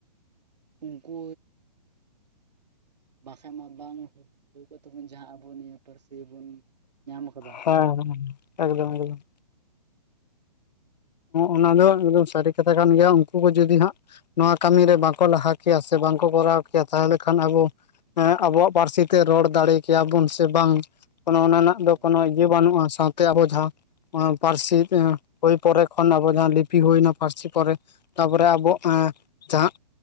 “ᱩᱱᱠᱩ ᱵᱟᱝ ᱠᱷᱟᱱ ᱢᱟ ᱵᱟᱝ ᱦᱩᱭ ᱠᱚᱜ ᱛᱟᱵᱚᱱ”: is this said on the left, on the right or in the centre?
Right